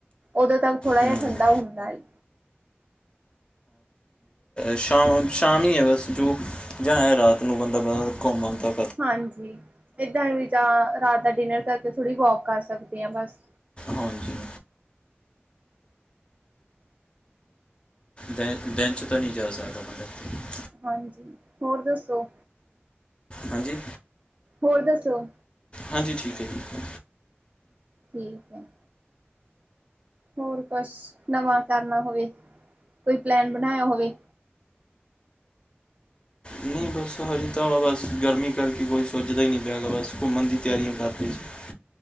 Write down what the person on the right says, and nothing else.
ਉਦੋਂ ਤੱਕ ਥੋੜਾ
ਜਿਹਾ ਠੰਡਾ ਹੁੰਦਾ ਏ।
ਹਾਂਜੀ ਇੱਦਾਂ ਵੀ ਜਾਂ ਰਾਤ ਦਾ ਡਿਨਰ ਕਰਕੇ ਥੋੜ੍ਹੀ ਵੋਕ ਕਰ ਸਕਦੇ ਹਾਂ ਬਸ
ਹਾਂਜੀ ਹੋਰ ਦੱਸੋ?
ਹੋਰ ਦੱਸੋ?
ਠੀਕ ਹੈ ਹੋਰ ਕੁਛ ਨਵਾਂ ਕਰਨਾ ਹੋਵੇ ਕੋਈ ਪਲੈਨ ਬਣਾਇਆ ਹੋਵੇ